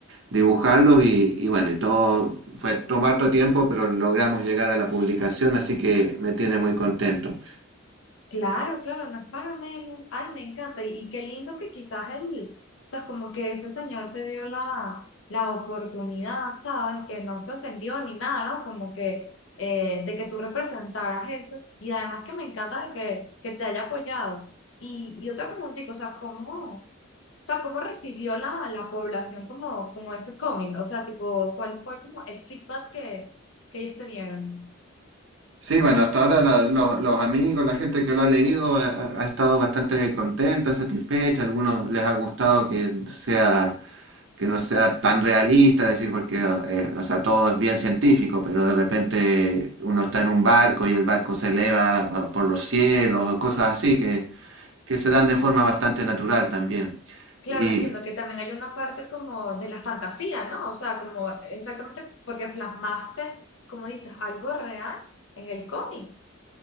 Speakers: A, on the right; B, on the left.
A: dibujarlos y, y bueno, y todo fue tomar todo tiempo, pero logramos llegar a la publicación, así que me tiene muy contento.
B: Claro, claro, no es para menos. Ay, me encanta. Y, y qué lindo que quizás él, o sea, como que ese señor te dio la, la oportunidad, ¿sabes? Que no se ofendió ni nada, ¿no? Como que eh, de que tú representaras eso. Y además que me encanta de que, que te haya apoyado. Y, y otra preguntita, o sea, ¿cómo, o sea, cómo recibió la, la población como, como ese cómic? O sea, tipo, ¿cuál fue como el feedback que, que ellos te dieron?
A: Sí, bueno, hasta ahora la- los, los amigos, la gente que lo ha leído ha, ha- ha estado bastante contenta, satisfecha, a algunos les ha gustado que sea que no sea tan realista, es decir, porque eh, o sea, todo es bien científico, pero de repente uno está en un barco y el barco se eleva ah, por los cielos o cosas así que, que se dan de forma bastante natural también.
B: Claro,
A: Y,
B: entiendo que también hay una parte como de la fantasía, ¿no? O sea, como exactamente porque plasmaste, como dices, algo real en el cómic.